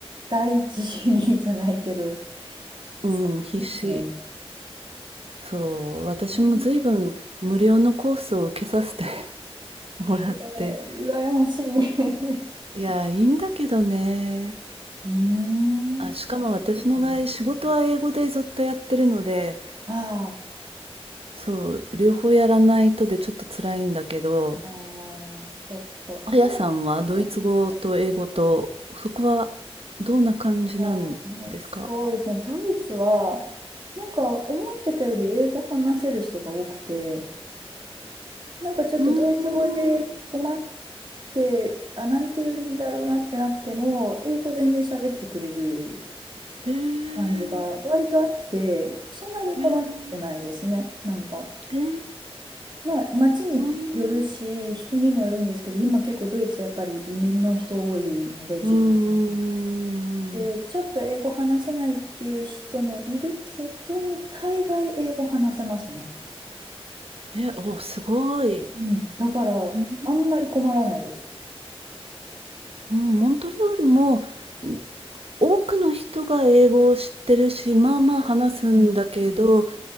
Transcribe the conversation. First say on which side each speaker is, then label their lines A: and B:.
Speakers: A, on the right; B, on the right.
A: 第一主義じゃないけど、
B: うん、
A: すごいですね。
B: 必死。そう、私も随分無料のコースを受けさせて
A: うん
B: <laughs> もらって。
A: えー羨ましい。<laughs>
B: いや、いいんだけどね。
A: うー
B: あ、
A: ん、そ
B: しかも私の場合、
A: うですね。
B: 仕事は英語でずっとやってるので、
A: あ
B: そう、両方やらないとでちょっと辛いんだけど、
A: あ、ああ、ちょっと。
B: あやさんはドイツ語と英語と、
A: でもなんか
B: そこはどんな感じなんですか
A: まあ、そうですね。ドイツは、なんか思ってたより英語話せる人が多くて、なんかちょっとドイツ語で困っ
B: うーん
A: て、あ、なんて言うんだろうなってなっても、英語全然喋ってくれる
B: へえ、
A: 感じが割とあって、そんなに困ってないですね。
B: へえ、
A: なんか、
B: ええ。
A: まあ、街によるし、
B: うーん。
A: 人にもよるんですけど、今結構ドイツやっぱり移民の人多いので、中東。
B: うんうんうんうん
A: で、ちょっと英語話せないっていう人もいるけど、大概英語話せますね。
B: え、お、すごい。
A: うん。だから、
B: うん。
A: あんまり困らないです。
B: うん、モントリオールも、ん、多くの人が英語を知ってるし、まあまあ話すんだけど、
A: うんうん